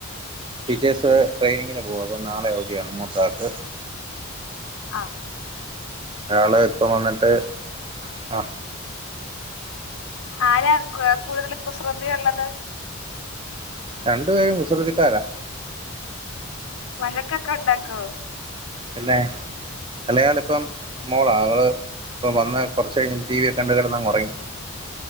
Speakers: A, on the right; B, on the left.
A: ടീച്ചേഴ്സ് ട്രെയിനിങ്ങിന് പോവും അപ്പൊ നാളെ അവധിയാണ് മൂത്താക്ക്
B: ആ
A: അയാള് ഇപ്പം വന്നിട്ട് ആ
B: ആരാ കൂടുതല് കുസൃതി ഉള്ളത്
A: രണ്ടുപേരും കുസ് സ്രുതിക്കാരാ
B: വഴക്കൊക്കെ ഒണ്ടാക്കോ
A: പിന്നെ വലിയാളിപ്പം മോളാ അവള് ഇപ്പൊ വന്ന് കുറച്ച് കഴിഞ്ഞ് ടി വി ഒക്കെ കണ്ട കെടന്നങ്ങൊറങ്ങി